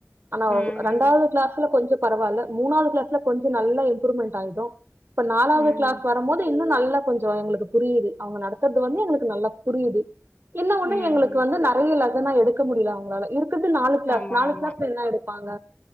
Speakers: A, on the right; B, on the left.
A: ஆனா
B: ம்.
A: ரெண்டாவது கிளாஸ்ல கொஞ்சம் பரவாயில்ல மூணாவது கிளாஸ்ல கொஞ்ச நல்லா இம்ப்ரூமெண்ட் ஆயிடும் இப்ப நாலாவது
B: ம்.
A: கிளாஸ் வர போது இன்னும் நல்லா கொஞ்சம் எங்களுக்கு புரியுது அவங்க நடத்துறது வந்து எங்களுக்கு நல்லா புரியுது என்ன ஒண்ணு
B: ம்.
A: எங்களுக்கு வந்து நட த்துன லெசன எடுக்க முடியல அவங்களால இருக் எடுத்தது நாலு கிளாஸ்
B: ஆமா
A: நாலு
B: ஆமா
A: கிளாஸ்ல என்ன எடுப்பாங்க